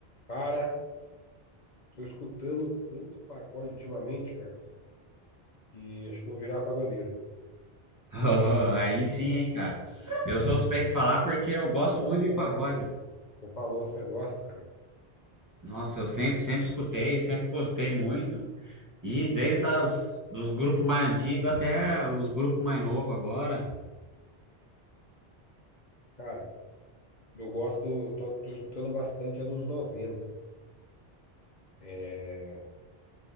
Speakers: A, on the left; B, on the right.
A: Cara, tô escutando tanto pagode ultimamente, cara, que acho que eu vou virar pagodeiro.
B: Oh, aí sim, hein, cara. Eu sou suspeito de falar porque eu gosto
A: Você gosta,
B: muito de pagode.
A: né, cara? Você falou, você gosta, cara.
B: Nossa, eu sempre, sempre escutei, sempre gostei muito. E desde as, dos grupos mais antigos até os grupos mais novos agora.
A: Cara, eu gosto, eu tô, tô escutando bastante anos noventa É,